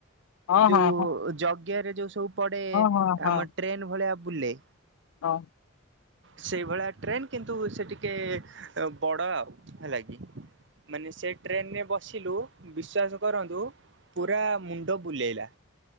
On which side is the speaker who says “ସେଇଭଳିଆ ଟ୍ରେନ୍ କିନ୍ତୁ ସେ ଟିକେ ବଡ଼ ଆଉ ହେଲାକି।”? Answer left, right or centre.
Right